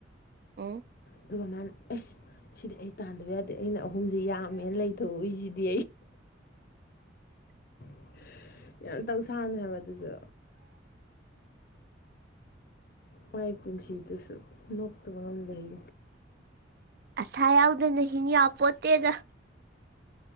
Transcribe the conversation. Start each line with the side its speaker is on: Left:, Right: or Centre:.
Right: ꯑꯣ
Left: ꯑꯗꯨꯒ ꯅꯍꯥꯟ ꯑꯦꯁ ꯁꯤꯗꯤ ꯑꯩ ꯇꯥꯟꯗꯕ ꯌꯥꯗꯦ ꯑꯩꯅ ꯑꯍꯨꯝꯁꯤ ꯌꯥꯝꯃꯦꯅ ꯂꯩꯊꯣꯛꯎꯔꯤꯁꯤ ꯗꯤ <unintelligible> ꯌꯥꯝ ꯇꯧꯁꯥꯕꯅꯦ ꯍꯥꯏꯕ ꯑꯗꯨꯁꯨ ꯃꯥꯏ ꯄꯨꯟꯁꯤꯗꯁꯨ ꯅꯣꯛꯇꯕ ꯑꯃ ꯂꯩ
Right: ꯑꯁ ꯄꯩꯁꯥ ꯌꯥꯎꯗꯅ ꯍꯤꯟꯌꯥ ꯄꯣꯠꯇꯦꯗ